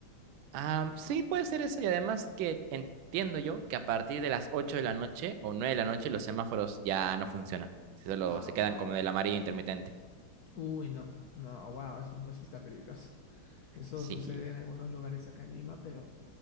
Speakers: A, on the right; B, on the left.
A: Am, sí, puede ser eso y además que entiendo yo que a partir de las 8 de la noche o 9 de la noche los semáforos ya no funcionan. si Solo
B: Ah,
A: se quedan
B: wow.
A: como del amarillo intermitente.
B: Uy, no, no, wow, eso, eso está peligroso. Eso
A: Sí,
B: sucede en algunos lugares acá en Lima, pero